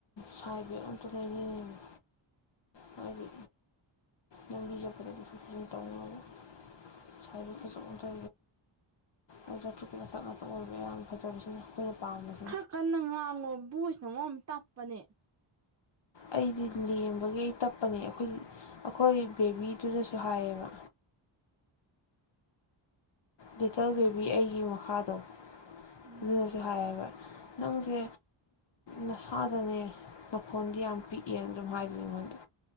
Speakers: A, on the left (about 60°); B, on the right (about 35°).
A: ꯁꯥꯏꯕꯦꯛ ꯑꯝꯇ ꯂꯩꯅꯤꯡꯉꯕ ꯍꯥꯏꯗꯤ ꯂꯝꯕꯤꯖꯠꯄꯗꯕꯨꯁꯨꯨꯝ ꯐꯖꯅ ꯇꯧꯅꯕꯒ ꯁꯥꯏꯗ ꯈꯖꯛꯅ ꯆ ꯑꯗꯨ ꯆꯇ꯭ꯔꯨꯀꯤ ꯃꯊꯛ ꯃꯊꯛ ꯑꯣꯏꯕ ꯌꯥꯝ ꯐꯖꯕꯁꯤꯅ ꯑꯩꯈꯣꯏꯅ ꯄꯥꯝꯕꯁꯦ
B: ꯈꯔ ꯀꯟꯅ ꯉꯥꯡꯉꯣ ꯚꯣꯏꯁꯅ ꯑꯃ ꯇꯞꯄꯅꯦ
A: ꯑꯩꯗꯤ ꯂꯦꯝꯕꯒꯤ ꯑꯩ ꯇꯞꯄꯅꯦ ꯑꯩꯈꯣꯏ ꯑꯩꯈꯣꯏ ꯕꯦꯕꯤꯗꯨꯗꯁꯨ ꯍꯥꯏꯌꯦꯕ
B: <unintelligible>
A: ꯂꯤꯇꯜ ꯕꯦꯕꯤ ꯑꯩꯒꯤ ꯃꯈꯥꯗꯣ
B: ꯎꯝ
A: ꯑꯗꯨꯅꯁꯨ ꯍꯥꯏꯌꯦꯕ ꯅꯪꯁꯦ ꯅꯁꯥꯗꯅꯦ ꯂꯧꯈꯣꯟꯗꯤ ꯌꯥꯝ ꯄꯤꯛꯑꯦꯅ ꯑꯗꯨꯝ ꯍꯥꯏꯗꯅꯤ ꯑꯩꯉꯣꯟꯗ